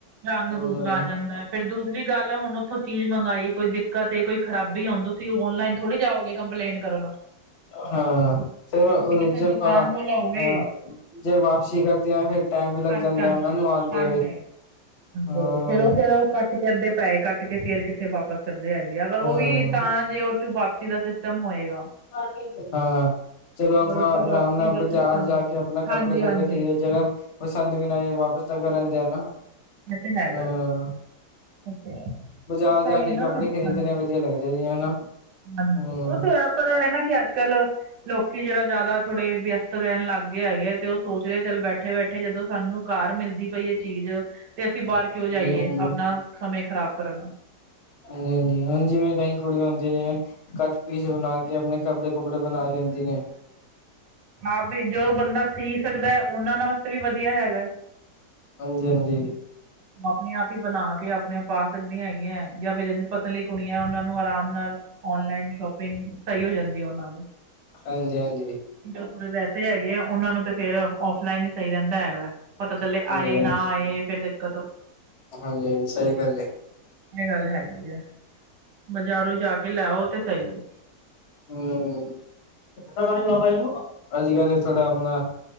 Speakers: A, on the right (about 75°); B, on the left (about 45°).
A: ਰੰਗ
B: ਅ
A: ਦੂਸਰਾ ਆ ਜਾਂਦਾ। ਫਿਰ ਦੂਸਰੀ ਗੱਲ ਹੁਣ ਉੱਥੋਂ ਚੀਜ਼ ਮੰਗਾਈ ਕੋਈ ਦਿੱਕਤ ਏ ਕੋਈ ਖਰਾਬੀ ਆਣ ਦੋ ਤੁਸੀਂ ਔਨਲਾਈਨ ਥੋੜੀ ਜਾਓਗੇ ਕੰਪਲੇਂਟ ਕਰਨ।
B: ਹਾਂ
A: ਹੁਣ
B: ਫਿਰ
A: ਤੁਸੀਂ ਕਿਸੇ
B: ਜੇ ਆਪਾਂ
A: ਦੁਕਾਨ ਤੋਂ ਲਓਗੇ
B: ਆ ਜੇ ਵਾਪਸੀ ਕਰਦੇ ਹਾਂ ਫਿਰ ਟਾਈਮ ਵੀ ਲੱਗ
A: ਹਾਂਜੀ
B: ਜਾਂਦਾ
A: ਹਾਂਜੀ
B: ਉਹਨਾਂ ਨੂੰ ਆਉਂਦੇ
A: ਬੰਦ
B: ਹੋਏ ਹਾਂ
A: ਹਾਂਜੀ ਚਲੋ ਫਿਰ ਕੱਟ ਕੇ ਅੱਧੇ ਪੈਸੇ ਕੱਟ ਕੇ ਫਿਰ ਕਿੱਥੇ ਵਾਪਸ ਕਰਦੇ ਹੈਗੇ ਆ ਅਗਰ
B: ਹਾਂ
A: ਉਹ ਵੀ ਤਾਂ ਜੇ ਉੱਚੋ ਵਾਪਸੀ ਆ ਜੇ ਖ਼ਤਮ ਹੋਏਗਾ।
B: ਮਰ ਕੇ ਦੇਨ ਹਾਂ। ਚਲੋ ਆਪਾਂ
A: ਰੋਟੀ
B: ਆਰਾਮ
A: ਵਾਪਸੀ
B: ਨਾਲ
A: ਦਾ
B: ਬਜ਼ਾਰ
A: ਸਿਸਟਮ
B: ਜਾ ਕੇ ਆਪਣਾ ਕੱਪੜੇ
A: ਹਾਂਜੀ-ਹਾਂਜੀ
B: ਕੁਪੜੇ ਖਰੀਦੀਏ ਜਗਾਹ ਪਸੰਦ ਵੀ ਨਹੀਂ ਆਏ ਵਾਪਸ ਤਾਂ ਕਰ ਆਦੇ ਨਾ
A: ਇਹ ਤੇ ਹੈਗਾ
B: ਹਾਂ
A: ਇਹ ਤੇ ਹੈ।
B: ਬਾਜ਼ਾਰ
A: ਬਸ
B: ਜਾ
A: ਇਹ
B: ਕੇ
A: ਨਾ
B: ਕੱਪੜੇ ਖ਼ਰੀਦਣੇ
A: ਹਾਂਜੀ।
B: ਵਧੀਆ ਲੱਗਦੇ ਆ ਜੀ ਹਨਾ।
A: ਹਾਂਜੀ
B: ਹੂੰ
A: ਉਹ ਤੇ ਹੈ ਪਰ ਐ ਨਾ ਕਿ ਅੱਜ ਕੱਲ ਲੋਕੀ ਜਿਹੜਾ ਜ਼ਿਆਦਾ ਥੋੜੇ ਵਿਅਸਤ ਰਹਿਣ ਲੱਗ ਗਏ ਹੈਗੇ ਤੇ ਉਹ ਸੋਚ ਰਹਾ ਚੱਲ ਬੈਠੇ ਬੈਠੇ ਬੈਠੇ ਜਦੋਂ ਸਾਨੂੰ ਘਰ ਮਿਲਦੀ ਪਈ ਚੀਜ਼ ਤੇ ਅਸੀਂ ਬਾਹਰ ਕਿਉਂ
B: ਹਾਂਜੀ
A: ਜਾਈਏ
B: ਹਾਂਜੀ
A: ਆਪਣਾ
B: ਹਾਂਜੀ
A: ਸਮੇਂ ਖ਼ਰਾਬ ਕਰਨ ਓ
B: ਹਾਂਜੀ ਹਾਂਜੀ ਜਿਵੇਂ ਕਈ ਕੁੜੀ ਹੁੰਦੀਆਂ ਜਿਵੇਂ ਕੱਟ ਪੀਸ ਬਣਾ ਕੇ ਆਪਣੇ ਕੱਪੜੇ ਕੁਪੜੇ ਬਣਾ ਲੈਂਦੀ ਨੇ।
A: ਹਾਂ ਭੇਜੋ ਬੰਦਾ ਪੀ ਸਕਦਾ ਹੈ ਉਹਨਾਂ ਵਾਸਤੇ ਵੀ ਵਧੀਆ ਹੈਗਾ
B: ਹਾਂਜੀ ਹਾਂਜੀ ‌
A: ਆਪਣੇ ਆਪ ਹੀ ਬਣਾ ਕੇ ਆਪਣੇ ਪਾ ਸਕਦੀਆਂ ਹੈਗੀਆਂ ਜਾਂ ਫਿਰ ਪਤਲੀਆ ਕੁੜੀਆਂ ਉਹਨਾਂ ਨੂੰ ਆਰਾਮ ਨਾਲ ਔਨਲਾਈਨ ਸ਼ੋਪਿੰਗ ਸਹੀ ਹੋ ਜਾਂਦੀ ਹੈ ਉਹਨਾਂ ਦੀ।
B: ਹਾਂਜੀ ਹਾਂਜੀ
A: ਜੋ ਥੋੜੇ ਵੈਸੇ ਹੈਗੇ ਆ, ਉਹਨਾ ਨੂੰ ਤੇ ਫਿਰ ਔਫਲਾਈਨ ਹੀ ਸਹੀ ਰਹਿੰਦਾ ਹੈਗਾ। ਪਤਾ ਚੱਲੇ
B: ਹਾਂਜੀ
A: ਆਏ ਨਾ ਆਏ, ਫਿਰ ਦਿੱਕਤ ਔ।
B: ਹਾਂਜੀ ਹਾਂਜੀ ਸਹੀ ਗੱਲ ਏ।
A: ਇਹ ਗੱਲ ਹੈਗੀ ਐ, ਬਜ਼ਾਰੋਂ ਜਾ ਕੇ ਲੈ ਆਓ ਤੇ ਸਹੀ ਏ।
B: ਹੂੰ ਹੂੰ, ਅੱਜ ਕੱਲ ਥੋੜਾ ਆਪਣਾ